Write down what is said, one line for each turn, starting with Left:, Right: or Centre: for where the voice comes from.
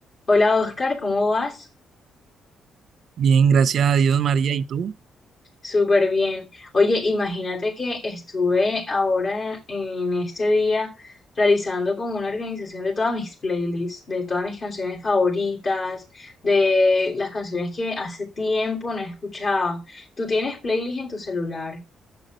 Left: Hola Oscar, ¿cómo vas?
Right: Bien, gracias a Dios, María. ¿Y tú?
Left: Súper bien. Oye, imagínate que estuve ahora en este día realizando como una organización de todas mis playlists, de todas mis canciones favoritas, de las canciones que hace tiempo no escuchaba. ¿Tú tienes playlist en tu celular?